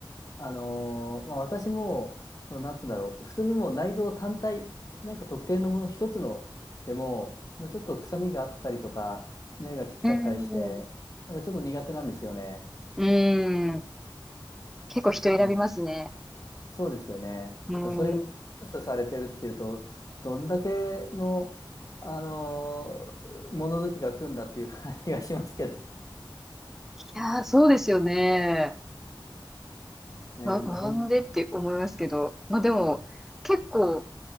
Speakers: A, on the left; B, in the centre.
A: あのーまあ、私も、その、なんつうんだろう、普通にもう内臓単体、なんか特定のもの一つのでも、まあ、ちょっと臭みがあったりとか、匂いがきつかったりして、
B: うん。
A: やっぱちょっと苦手なんですよね。
B: うん。結構人選びますね。
A: あの、そうですよね。
B: うん。
A: だそれがミックスされてるっていうと、
B: い
A: どんだけの、あのー物好きが来るんだっていう感じがしますけど。
B: やー、そうですよね。
A: <laughs> ね、
B: な、なんでって思いますけど。
A: ほん、
B: まあでも、結構、